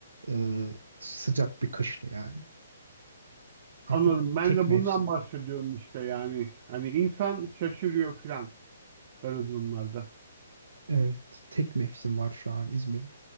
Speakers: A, on the right; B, on the right.
A: e, sıcak bir kıştı yani. Artık
B: Anladım. Ben
A: tek
B: de
A: mevsim.
B: bundan bahsediyorum işte yani. Hani insan şaşırıyor filan böyle durumlarda.
A: Evet, tek mevsim var şu an İzmir'de.